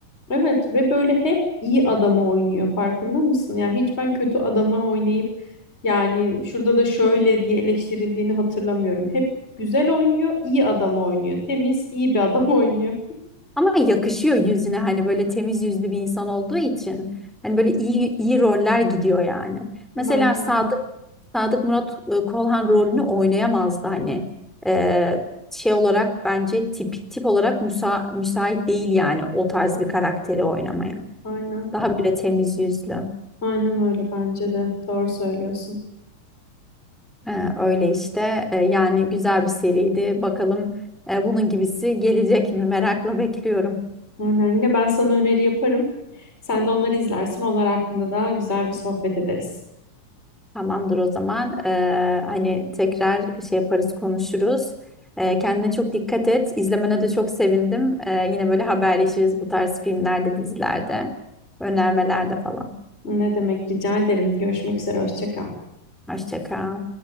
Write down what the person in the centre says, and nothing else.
Ama yakışıyor yüzüne hani böyle temiz yüzlü bir insan olduğu için. Hani böyle iyi iyi roller gidiyor yani.
Mesela Sadık
Sadık Murat e, Kolhan rolünü oynayamazdı hani Ee, şey olarak bence tip tip olarak müsa müsait değil yani o tarz bir karakteri oynamaya.
Daha böyle temiz yüzlü.
Ee, öyle işte Ee, yani güzel bir seriydi. Bakalım e, bunun gibisi gelecek mi? Merakla bekliyorum.
Tamamdır o zaman. Ee, hani tekrar şey yaparız, konuşuruz. Ee, kendine çok dikkat et. İzlemene de çok sevindim. Ee, yine böyle haberleşiriz bu tarz filmlerde, dizilerde, önermelerde falan.
Hoşça kal.